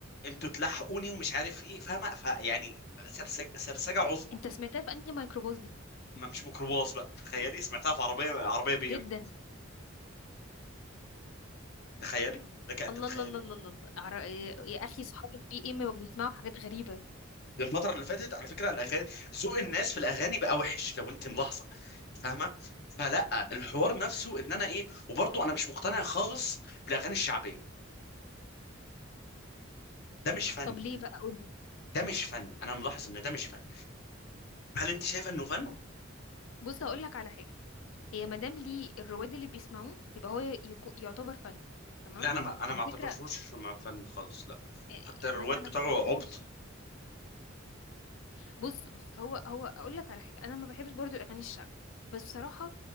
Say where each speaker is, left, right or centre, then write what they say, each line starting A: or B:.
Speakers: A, on the left; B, on the left.
A: انتوا تلحقوني ومش عارف ايه فاهمه فيعني سرسجه سرسجه عظمى
B: انت سمعتها في انهي ميكروباص دي
A: ما مش ميكروباص بقى تخيلي سمعتها في عربيه عربيه بي
B: جدا
A: ام تخيلي لك ان
B: الله
A: تتخيلي
B: الله الله الله الله الله. عر- يا اخي صحابة بي ام بيسمعوا حاجات غريبه
A: الفتره اللي فاتت على فكره الاغاني سوق الناس في الاغاني بقى وحش لو انت ملاحظه فاهمه فلا الحوار نفسه ان انا ايه وبرضه انا مش مقتنع خالص بالاغاني الشعبيه ده مش فن
B: طب ليه بقى قولي
A: ده مش فن انا ملاحظ ان ده مش فن هل انت شايفه انه فن
B: بص هقول لك على حاجه هي مادام ليه الرواد اللي بيسمعوه يبقى هو يكو- يعتبر فن تمام
A: لا انا ما انا
B: وعلى
A: ما اعتبرهوش
B: فكره
A: مع فن خالص لا
B: اه،
A: حتى الرواد
B: ما انت
A: بتاعه
B: ما تعتبرهوش
A: عبط
B: بص بص هو هو اقول لك على حاجه انا ما بحبش برضو الاغاني الشعبي بس بصراحه